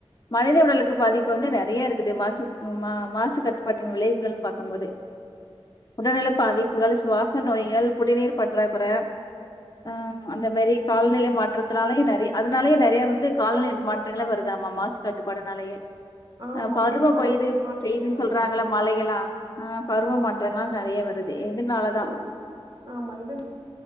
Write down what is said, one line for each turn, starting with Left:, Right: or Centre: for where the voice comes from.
Left: மனித உடலுக் க்கு பாதிப்பு வந்து நெறையா இருக்குது மாசு மா மாசு கட்டுப்பாட்டின் விளைவுகள்ன் பாக்கம் போது
Right: <inaudible>
Left: உடல்நில பாதிப்புகள் சுவாச நோய்கள் குடிநீர் பற்றாக்குற ஆஹ் அந்த மாரி கால்நிலை மாற்றத்துனாலையு நெறைய் அதுனாலயே நெறையா வந்து கால்நிட் மாட் றங்கள வருதாமாம் மாசு கட்டுப்பாடுனாலயே
Right: ஆமா
Left: அ பருவப்
Right: காலநிலை
Left: பொயுது
Right: மாற்றங்கள்
Left: பெய்து சொல்றாங்கள
Right: வருது
Left: மலைகளா ஆஹ் பருவ
Right: ஆமா
Left: மாற்றங்களா நெறையா வருது இதுனாலதா
Right: ஆமா ஆமா இது